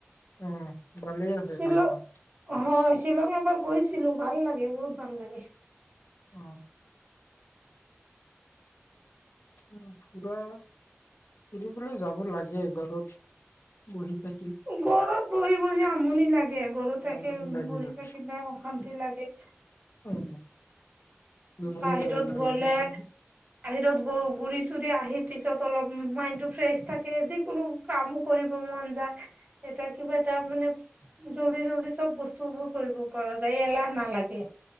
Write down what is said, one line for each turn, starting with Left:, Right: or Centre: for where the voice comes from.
Left: উম। ভালে আছে
Right: শ্বিলং
Left: ঠাইখন।
Right: হয় শ্বিলং এবাৰ গৈছিলো ভাল লাগে বহুত। ভাল লাগে।
Left: অ উম, যোৱা আকা, <unintelligible> যাৱ লগে গৰত, বহীতে
Right: গৰত বহি বহি আমনি লাগে, গৰত থাকে
Left: আমনি লাগি
Right: বহি
Left: যায়
Right: থাকিলে অশান্তি লাগে।
Left: অ <unintelligible>
Right: বাহিৰত গ'লে বাহিৰত গ গোৰি চুৰি আহি পিছত অলপ ম মাইণ্ডটো ফ্ৰেছ থাকে, যিকোনো কামো কৰিব মন যায়, এটা কিবা এটা মানে জল্দি-জল্দি চব বস্তুবোৰ কৰিব পৰা যায়, এলাহ নালাগে।